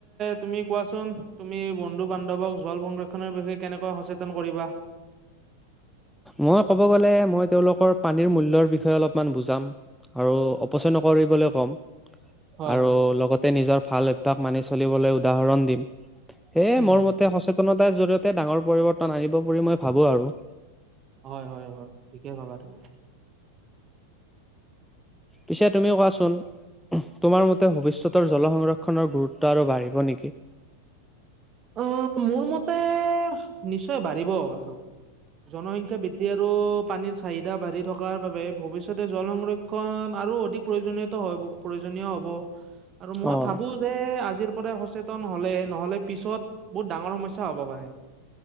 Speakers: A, on the right (about 30°); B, in the centre.
A: তুমি কোৱাচোন তুমি বন্ধু বান্ধৱক জল সংৰক্ষনৰৰ বিষয়ে কেনেকৈ সচেতন কৰিবা
B: মই ক'ব গ'লে মই তেওঁলোকৰ পানীৰ মূল্যৰ বিষয়ে অলপমান বুজাম আৰু অপচয় নকৰিবলৈ ক'ম
A: হয়,
B: আৰু লগতে নিজৰ ভাল অভ্যাস মানি চলিবলৈ উদাহৰণ দিম সেয়ে
A: উম,
B: মোৰ মতে সচেতনতাৰ জৰিয়তে ডাঙৰ পৰিৱৰ্তন আনিব বুলি মই ভাবো আৰু
A: হয় হয় হয় ঠিকে ভাবা তুমি <unintelligible>
B: পিছে তুমিও কোৱাচোন তোমাৰ মতে ভৱিষ্যতৰ জলসৰক্ষণৰ গুৰুত্ব আৰু বাঢ়িব নেকি?
A: আহ মোৰ মতে নিশ্চয় বাঢ়িব আৰু জনসংখ্যা বৃদ্ধি আৰু পানীৰ চাহিদা বাঢ়ি থকাৰ বাবে ভৱিষ্যতে জল সংৰক্ষণ আৰু অধিক প্ৰয়োজনীয়ত হ প্ৰয়োজনীয় হ'ব আৰু মই
B: অ',
A: ভাবো যে আজিৰ পৰাই সচেতন হলে নহলে পিছত বহুত ডাঙৰ সমস্যা হব পাৰে